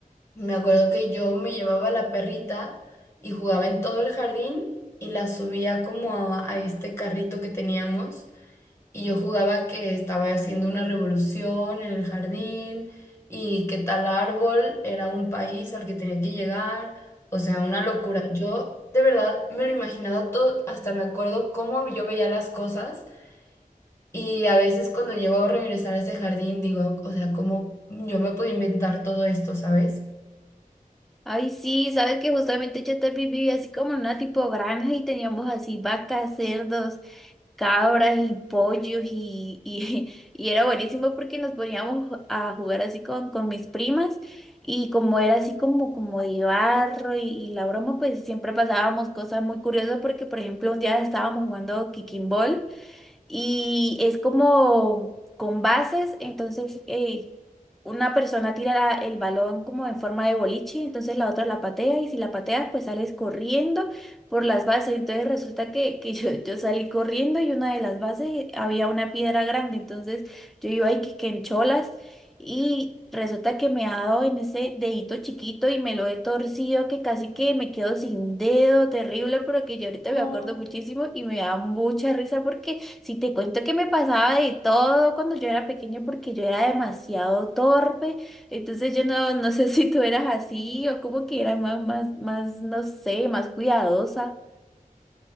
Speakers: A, on the left; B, in the centre.
A: Me acuerdo que yo me llevaba la perrita y jugaba en todo el jardín y la subía como a, a este carrito que teníamos. Y yo jugaba que estaba haciendo una revolución en el jardín y que tal árbol era un país al que tenía que llegar. O sea, una locura. Yo de verdad me lo imaginaba todo, hasta me acuerdo cómo yo veía las cosas. Y a veces cuando llego a regresar a ese jardín digo, o sea, cómo yo me puedo inventar todo esto, ¿sabes?
B: Ay, sí, sabes que justamente yo también vivía así como en una tipo granja y teníamos así vacas, cerdos, cabras y pollos y, y, <laughs> y era buenísimo porque nos poníamos a jugar así con, con mis primas y como era así como, como de barro y, y la broma, pues siempre pasábamos cosas muy curiosas porque, por ejemplo, un día estábamos jugando kicking ball y es como con bases, entonces eh, una persona tira la- el balón como en forma de boliche, entonces la otra la patea y si la pateas pues sales corriendo por las bases, entonces resulta que, que <laughs> yo, yo salí corriendo y una de las bases había una piedra grande, entonces yo iba ahí que, que en cholas y resulta que me ha dado en ese dedito chiquito y me lo he torcido que casi que me quedo sin dedo, terrible, pero que yo ahorita
A: Ujú.
B: me acuerdo muchísimo y me da mucha risa porque si te cuento que me pasaba de todo cuando yo era pequeña porque yo era demasiado torpe, entonces yo no, no sé <laughs> si tú eras así o como que era más, más, más, no sé, más cuidadosa.